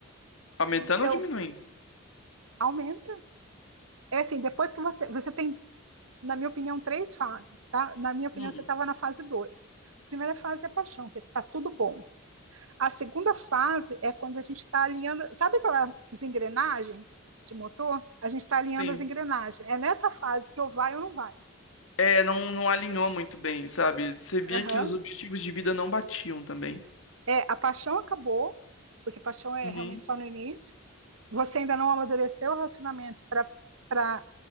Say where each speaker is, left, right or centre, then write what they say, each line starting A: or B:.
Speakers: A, on the left; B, on the right.
A: Aumentando
B: Então,
A: ou diminuindo?
B: aumenta. É assim, depois que você, você tem, na minha opinião, três fases, tá? Na minha opinião,
A: Hum,
B: você estava na fase dois. A Primeira fase é paixão, que tá tudo bom. A segunda fase é quando a gente está alinhando, sabe aquelas engrenagens de motor? A gente está alinhando
A: sim.
B: as engrenagens. É nessa fase que eu vai ou não vai.
A: É, não, não alinhou muito bem, sabe? Você via
B: Aham.
A: que os objetivos de vida não batiam também.
B: É, a paixão acabou, porque paixão é
A: Uhum.
B: realmente só no início. Você ainda não amadureceu o relacionamento para para